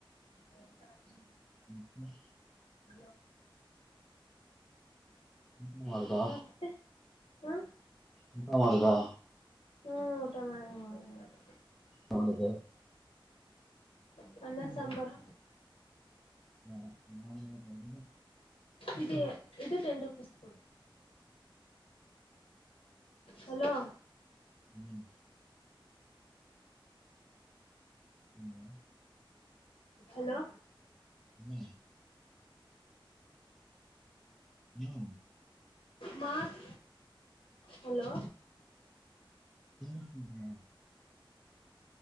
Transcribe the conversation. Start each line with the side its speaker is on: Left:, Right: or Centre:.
Left: ಹ ರಾ ಚ
Centre: ಹ್ಮ
Left: ಇ
Centre: ಎಂತ ಮಾಡುದಾ
Left: ಮತ್ತೆ ಹಾ
Centre: ಎಂತ ಮಾಡುದಾ
Left: ಹ್ಮ್ ಊಟ ಮಾಡಿದೆ ನೋ್ದಿ
Centre: ಹೌನದ
Left: ಪಸಂಬರ್
Centre: ಹಾ ನಾನು ಕಡ
Left: ಇದು ಇದು ಟೆನ್ ರುಪೀಸ್ ಕೊಡಿ ಹಲೋ
Centre: ಹ್ಮ್ ಹ
Left: ಹಲೋ
Centre: ಹ್ಮ ಹ್ಮ್
Left: ಮತ್ ಹಲೋ.
Centre: ಹ್ಮ ಹ್ಮ್